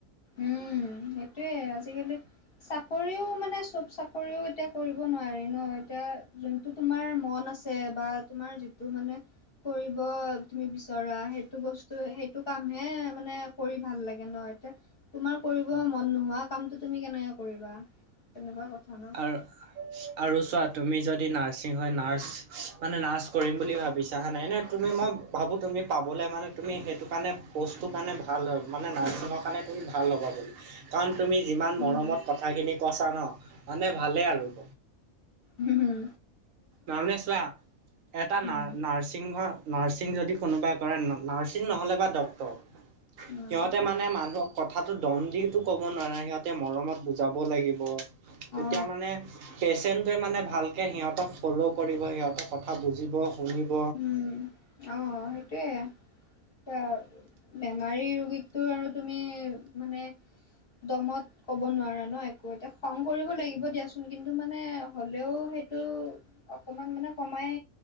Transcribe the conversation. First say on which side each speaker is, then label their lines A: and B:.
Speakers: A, on the left; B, on the right.
A: উম সেইটোৱে আজিকালি চাকৰিও মানে চব চাকৰিও এতিয়া কৰিব নোৱাৰি ন এতিয়া যোন যিটো তোমাৰ মন আছে বা তোমাৰ যিটো মানে কৰিব তুমি বিচৰা সেইটো বস্তু ত সেইটো কামহে মানে কৰি ভাল লাগে ন এতিয়া তোমাৰ কৰিব
B: অ',
A: মন নোহোৱা কামটো তুমি কেনেকে কৰিবা তেনেকুৱা কথা ন
B: আৰু আৰু চোৱা তুমি যদি নাৰ্ছিং হয় নাৰ্চ মানে নাৰ্চ কৰিম বুলি ভাবিছা হে নাই এনে তুমি মই ভাবোঁ তুমি পাবলৈ মানে তুমি সেইটো কাৰণে প'ষ্টটো কাৰণে ভাল হয় মানে নাৰ্ছিঙৰ কাৰণে তুমি ভাল হ'বা বুলি কাৰণ তুমি যিমান
A: উম
B: মৰমত কথাখিনি কছা ন মানে ভালেই আৰু
A: হুম হুম
B: মানে চোৱা এটা
A: উম
B: ন নাৰ্ছিঙৰ নাৰ্ছিং যদি কোনোবাই কৰে নাৰ্ছিং নহ'লে বা ডক্টৰ
A: উম
B: সিহঁতে মানে মানুহ কথাতটো দম দি ক'ব নোৱাৰে সিহঁতে মৰমত বুজাব লাগিব তেতিয়া
A: অ
B: মানে পেচেন্টোৱে মানে ভালকে সিহঁতক ফ'ল' কৰিব সিহঁতক কথা বুজিব শুনিব
A: উম অ সেইটোৱে এ বেমাৰী ৰোগীকটো আৰু তুমি মানে দমত ক'ব নোৱাৰা ন একো এতিয়া খং কৰিব লাগিব দিয়াচোন কিন্তু মানে হলেও সেইটো অকমান মানে কমাই